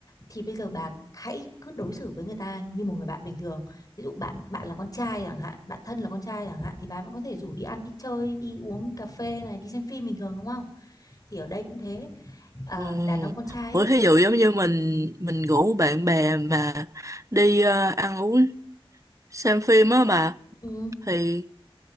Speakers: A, on the left (about 40°); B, on the right (about 35°).
A: thì bây giờ bà hãy cứ đối xử với người ta như một người bạn bình thường ví dụ bạn bạn là con trai chẳng hạn bạn thân là con trai chẳng hạn thì bà vẫn có thể rủ đi ăn đi chơi đi uống cà phê này đi xem phim bình thường đúng không thì ở đây cũng thế Ờ,
B: ờ.
A: đàn ông con trai
B: Ủa
A: ấy,
B: thí dụ giống như mình mình rủ bạn bè mà đi ờ, ăn uống xem phim á bà
A: Ừ.
B: thì